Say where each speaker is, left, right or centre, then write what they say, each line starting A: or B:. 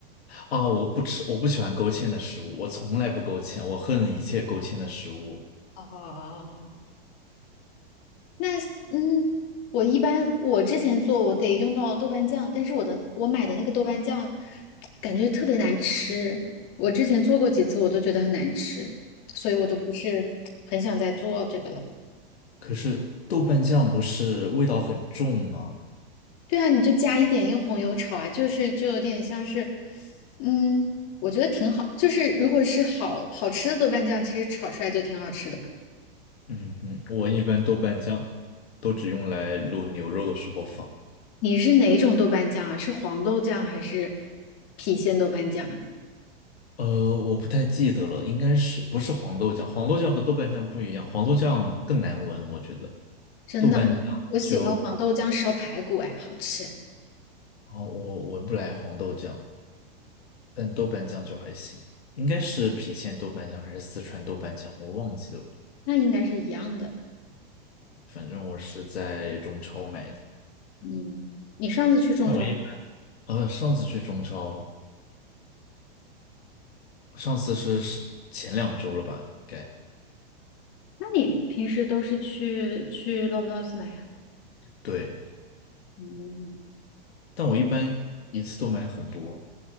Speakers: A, on the left; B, on the left.
A: 啊，我不吃，我不喜欢勾芡的食物，我从来不勾芡，我恨一切勾芡的食物。
B: 哦，那嗯，我一般我之前做我得用到豆瓣酱，但是我的我买的那个豆瓣酱感觉特别难吃，我之前做过几次我都觉得很难吃，所以我都不是很想再做这个了。
A: 可是豆瓣酱不是味道很重吗？
B: 对啊，你就加一点用红油炒啊，就是就有点像是，嗯，我觉得挺好。就是如果是好好吃的豆瓣酱，其实炒出来就挺好吃的。
A: 嗯哼，我一般豆瓣酱都只用来卤牛肉的时候放。
B: 你是哪种豆瓣酱啊？是黄豆酱还是郫县豆瓣酱啊？
A: 呃，我不太记得了，应该是不是黄豆酱？黄豆酱和豆瓣酱不一样，黄豆酱更难闻，我觉得。
B: 真的，
A: 豆瓣酱就，
B: 我我喜欢黄豆酱烧排骨，哎，好吃。
A: 啊，我闻不来黄豆酱，但豆瓣酱就还行，应该是郫县豆瓣酱还是四川豆瓣酱，我忘记了。
B: 那应该是一样的。
A: 反正我是在中超买的。
B: 嗯，你上次去中超，
A: 那我一般呃，上次去中超，上次是是前两周了吧？该，
B: 那你平时都是去去 Loblaws 买啊？
A: 对，
B: 嗯，
A: 但我一般一次都买很多，